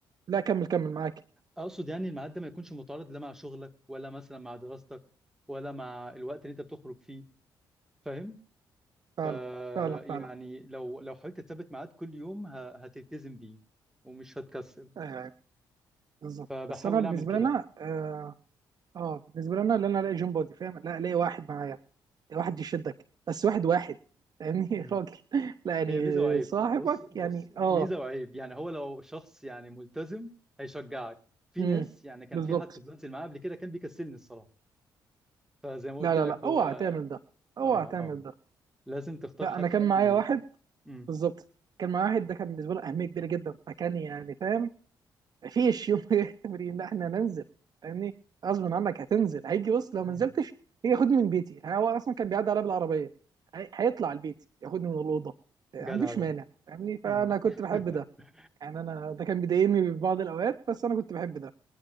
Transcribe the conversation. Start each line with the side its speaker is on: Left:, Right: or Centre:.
Right: لا كمل كمل معاك
Centre: اقصد يعني الميعاد ده ما يكونش متعارض لا مع شغلك ولا مثلا مع دراستك ولا مع الوقت اللي انت بتخرج فيه فاهم
Right: فعلا
Centre: ف
Right: فعلا فعلا
Centre: يعني لو لو حاولت تثبت ميعاد كل يوم ه- هتلتزم بيه ومش هتكسل
Right: أيوه أيوه بالظبط
Centre: فبحاول
Right: بس أنا بالنسبة
Centre: اعمل كده
Right: لنا اه آه، بالنسبة لنا اللي أنا ألاقي جيم بودي فاهم لا ألاقي واحد معايا واحد يشدك بس واحد واحد يعني
Centre: مم.
Right: <laughs> راجل لا يعني
Centre: هي ميزة وعيب
Right: صاحبك
Centre: بص بص
Right: يعني
Centre: ميزة
Right: اه
Centre: وعيب يعني هو لو شخص يعني ملتزم هيشجعك في
Right: امم
Centre: ناس يعني كان
Right: بالظبط
Centre: في حد كنت بنزل معاه قبل كده كان بيكسلني الصراحة فزي ما قلت
Right: لا لا
Centre: لك
Right: لا
Centre: هو
Right: اوعى تعمل ده اوعى
Centre: اه
Right: تعمل
Centre: آه.
Right: ده
Centre: لازم تختار
Right: لا
Centre: حد
Right: انا
Centre: فعلا
Right: كان معايا
Centre: ي...
Right: واحد
Centre: مم.
Right: بالظبط كان معايا واحد ده كان بالنسبه له اهميه كبيره جدا فكان يعني فاهم مفيش يوم <laughs> تمرين لا احنا هننزل فاهمني غصب عنك هتنزل هيجي بص لو ما
Centre: مم.
Right: نزلتش هيجي ياخدني من بيتي يعني هو اصلا كان بيعدي عليا بالعربيه هي- هيطلع البيت ياخدني من الاوضه ما
Centre: جدع
Right: عنديش
Centre: ده
Right: مانع فاهمني فانا
Centre: مم.
Right: كنت بحب
Centre: <laughs>
Right: ده يعني انا ده كان بيضايقني في بعض الاوقات بس انا كنت بحب ده